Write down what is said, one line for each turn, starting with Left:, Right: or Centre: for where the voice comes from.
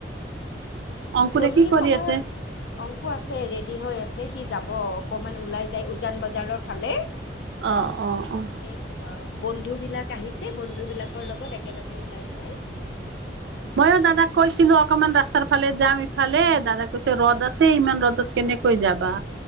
Right: অংকুৰে
Left: গধূলি
Right: কি কৰি
Left: সময়ত
Right: আছে?
Left: অংশ আছে ৰেড -ই হৈ আছে সি যাব অকনমান ওলাই যায় উজান বজাৰৰ ফালে
Right: অঁ অঁ অঁ
Left: এই বন্ধু বিলাক আহিছে, বন্ধু বিলাকৰ লগত একেলগে ওলাই যায়।
Right: 'মইো দাদাক কৈছিলো' অকনমান ৰাস্তাৰ ফালে যাম ইফালে দাদা কৈছে ৰ'দ আছে ইমান ৰ'দত কেনেক হৈ যাবা